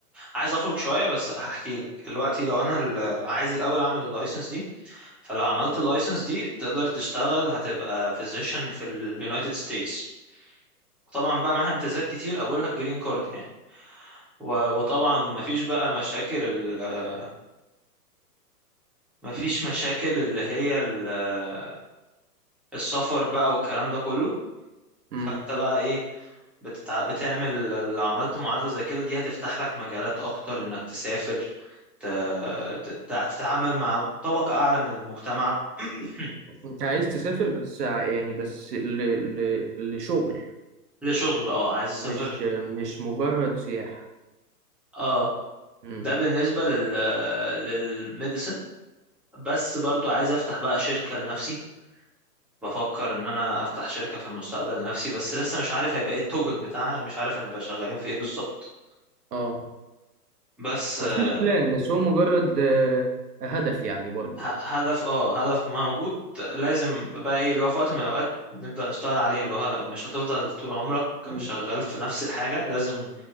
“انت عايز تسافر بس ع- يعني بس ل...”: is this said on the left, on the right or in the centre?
Right